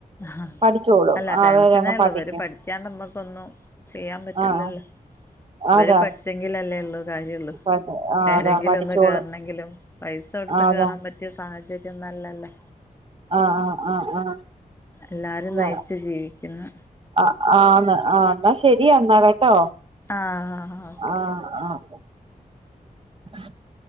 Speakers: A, on the left; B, on the right.
A: ആഹ്
B: പഠിച്ചോളും
A: അല്ല ടെൻഷനേ
B: അവരങ്ങ്
A: ഉള്ളൂ
B: പഠിക്കും
A: ഇവര് പഠിക്കാണ്ട് നമ്മുക്കൊന്നും ചെയ്യാൻ പറ്റൂല്ലല്ലോ
B: ആഹ്
A: ഇവര്
B: അതാ
A: പഠിച്ചെങ്കിലല്ലേ ഉള്ളൂ. കാര്യയുള്ളു
B: ആഹ്
A: ഏതെങ്കിലും
B: അതാ പഠിച്ചോളും
A: ഒന്ന് കേറണെങ്കിലും പൈസ കൊടുത്ത്
B: ആഹ്
A: കേറാൻ
B: അതാ
A: പറ്റിയ സാഹചര്യം. നല്ലല്ലേ?
B: ആഹ് ആഹ് ആഹ് ആഹ്.
A: എല്ലാരും
B: അതാ
A: നയിച്ചു ജീവിക്കുന്നു.
B: ആഹ് ആന്ന്. ആഹ് എന്നാ ശരിയാ എന്നാ കേട്ടോ
A: ആഹ് ഓക്കെ
B: ആഹ് ആഹ്. <unintelligible>